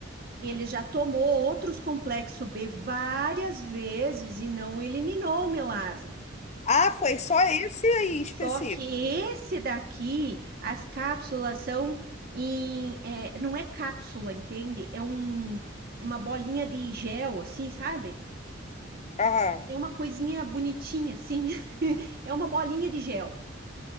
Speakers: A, on the right; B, on the left.
A: ele já tomou outros complexo B várias vezes e não eliminou o melasma.
B: Ah, foi só esse aí em
A: Só
B: específico.
A: que esse daqui, as cápsulas são em, é, não é cápsula, entende? É um, uma bolinha de gel, assim, sabe?
B: Aham.
A: É uma coisinha bonitinha, assim. <laughs> É uma bolinha de gel.